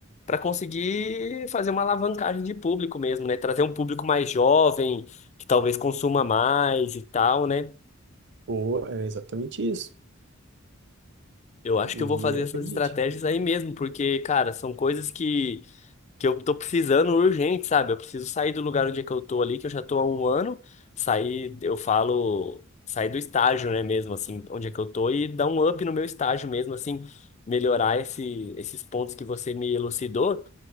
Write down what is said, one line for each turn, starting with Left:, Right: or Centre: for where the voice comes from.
Left: para conseguir fazer uma alavancagem de público mesmo, né? Trazer um público mais jovem, que talvez consuma mais e tal, né?
Right: Boa, é exatamente isso.
Left: Eu acho
Right: E
Left: que eu vou fazer
Right: acredite.
Left: essas estratégias aí mesmo, porque, cara, são coisas que, que eu tô precisando urgente, sabe? Eu preciso sair do lugar onde é que eu tô ali, que eu já tô há um ano, sair, eu falo, sair do estágio, né, mesmo, assim, onde é que eu tô, e dar um up no meu estágio mesmo, assim, melhorar esse, esses pontos que você me elucidou,